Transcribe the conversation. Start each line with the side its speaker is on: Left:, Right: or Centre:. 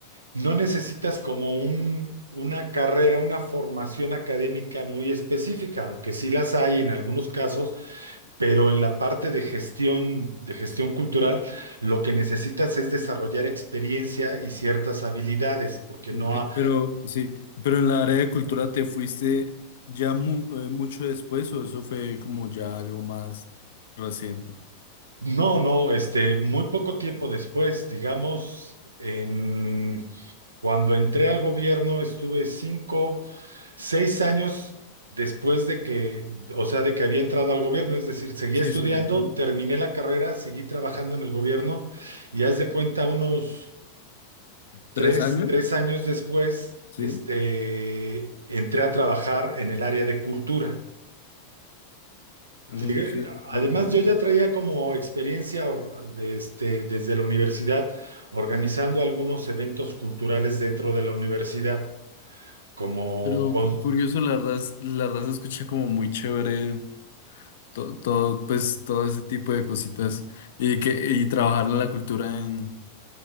Right: no necesitas como un, una carrera, una formación académica muy específica, aunque sí las hay en algunos casos, pero en la parte de gestión, de gestión cultural, lo que necesitas es desarrollar experiencia y ciertas habilidades, porque
Left: ok,
Right: no, ha-
Left: pero sí, pero en la área de cultura te fuiste ya mu- eh, mucho después o eso fue como ya algo más reciente.
Right: no, no, este, muy poco tiempo después, digamos, en Cuando entré al gobierno estuve cinco, seis años después de que, o sea, de que había entrado al gobierno, es decir, seguí
Left: Sí,
Right: estudiando,
Left: sí, entiendo.
Right: terminé la carrera, seguí trabajando en el gobierno y haz de cuenta unos tres,
Left: ¿Tres años?
Right: tres años después,
Left: Sí,
Right: este, entré a trabajar en el área de cultura.
Left: ok,
Right: Llegué- además,
Left: entiendo.
Right: yo ya traía como experiencia or- de este, desde la universidad organizando algunos eventos culturales dentro de la universidad como
Left: Pero
Right: con-
Left: cu- curioso, la verdad, es- la verdad se escucha como muy chévere to- todo, pues todo ese tipo de cositas y que y trabajar en la cultura en